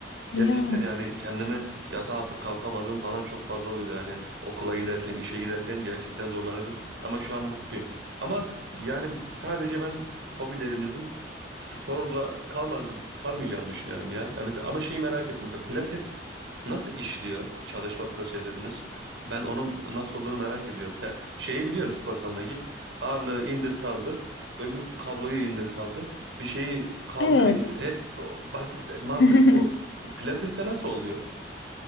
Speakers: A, on the right; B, on the left.
A: Gerçekten
B: Ya
A: yani kendime yatağa atıp kalkamadığım falan çok fazla oluyordu. Yani okula giderken, işe giderken gerçekten zorlanıyordum. Ama şu an mutluyum. Ama yani sadece ben hobilerimizin sporla kalma, kalmayacağını düşünüyorum ya. Ya mesela, ama şeyi merak ettim. Mesela Pilates nasıl işliyor çalışma prosedürünüz? Ben onun nasıl olduğunu merak ediyorum. He, şeyi biliyorum spor salonuna git. Ağırlığı indir kaldır. Öbür kabloyu indir kaldır. Bir şeyi kaldır
B: evet.
A: indir. Hep basit mantık
B: <laughs>
A: bu. Pilates'te nasıl oluyor?